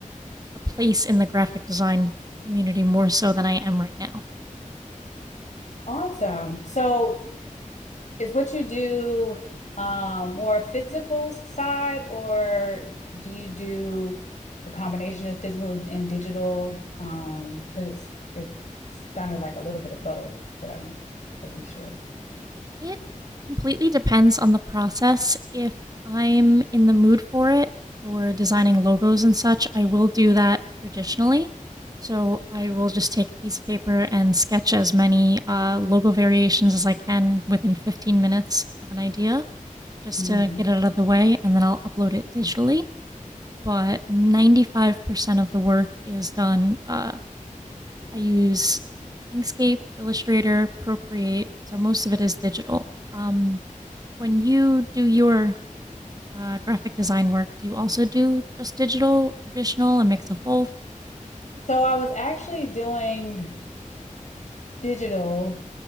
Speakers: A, on the right; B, on the left.
A: a place in the graphic design community more so than I am right now.
B: awesome. So is what you do um more physical side or do you do a combination of physical and digital? Um, because it's it sounded like a little bit of both, but I wasn't sure.
A: It completely depends on the process. If I'm in the mood for it, for designing logos and such, I will do that traditionally. So I will just take a piece of paper and sketch as many uh, logo variations as I can within 15 minutes of an idea just
B: Mhm.
A: to get it out of the way, and then I'll upload it digitally. But 95% of the work is done. Uh, I use Inkscape, Illustrator, Procreate, so most of it is digital. Um, when you do your uh, graphic design work, do you also do just digital, traditional, a mix of both?
B: So I was actually doing digital,